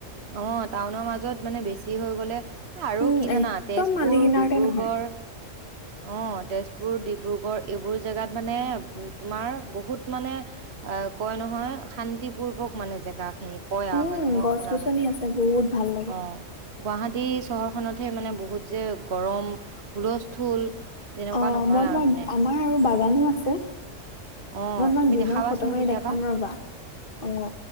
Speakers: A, on the right; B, on the left.
A: অ', টাউনৰ মাজত মানে বেছি হৈ গ'লে আৰু
B: উম
A: কি জানা
B: একদম
A: তেজপুৰ
B: মালি কিনাৰতে
A: ডিব্ৰুগড়
B: নহয়
A: অ' তেজ পুৰ ডিব্ৰুগড় এইবোৰ জাগাত মানে তোমাৰ বহুত মানে আহ কয় নহয় শান্তিপূৰ্বক মানে জেগা খিনি। কয় আৰু
B: উম
A: মানুহৰ
B: গছ
A: শুনা
B: গছনি
A: মতে
B: আছে বহুত ভাল লাগে
A: অ'। গুৱাহাটী চহৰখনতহে মানে বহুত যে গৰম হুলস্থুল তেনেকুৱা
B: অ',
A: নহয়
B: মই
A: আৰু
B: তোমাৰ
A: মানে।
B: আমাৰ আৰু বাগানো আছে। মই
A: অ',
B: তোমাক
A: তুমি
B: দিনত
A: দেখাবাচোন
B: ফটো মাৰি
A: কেতিয়াবা।
B: দেখাম ৰ'বা। অ',